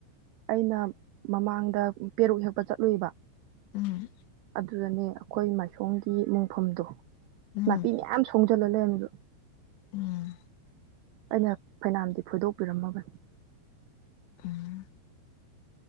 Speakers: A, on the right (about 85°); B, on the left (about 75°).
A: ꯑꯩꯅ ꯃꯃꯥꯡꯗ ꯄꯦꯔꯨꯛ ꯍꯦꯛ ꯆꯠꯂꯨꯌꯦꯕ
B: ꯎꯝ
A: ꯑꯗꯨꯗꯅꯦ ꯑꯩꯈꯣꯏ ꯃꯥꯏꯁꯣꯝꯒꯤ ꯃꯨꯡꯐꯝꯗꯣ
B: ꯎꯝ
A: ꯅꯥꯄꯤ ꯃꯌꯥꯝ ꯁꯣꯡꯖꯜꯂ ꯂꯩꯔꯝꯃꯤꯕ
B: ꯎꯝ
A: ꯑꯩꯅ ꯐꯩꯅꯥꯝꯗꯤ ꯐꯣꯏꯗꯣꯛꯄꯤꯔꯝꯃꯒꯅꯤ
B: ꯎꯝ